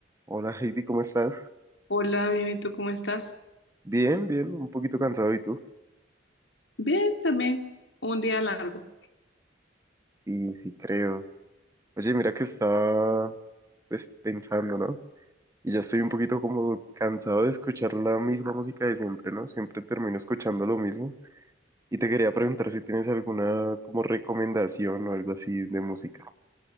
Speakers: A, on the right; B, on the left.
A: Hola Heidi, ¿cómo estás?
B: Hola, bien, ¿y tú cómo estás?
A: Bien, bien, un poquito cansado, ¿y tú?
B: Bien, también. Un día largo.
A: Sí, sí, creo. Oye, mira que estaba pues pensando, ¿no? Y ya estoy un poquito como cansado de escuchar la misma música de siempre, ¿no? Siempre termino escuchando lo mismo. Y te quería preguntar si tienes alguna como recomendación o algo así de música.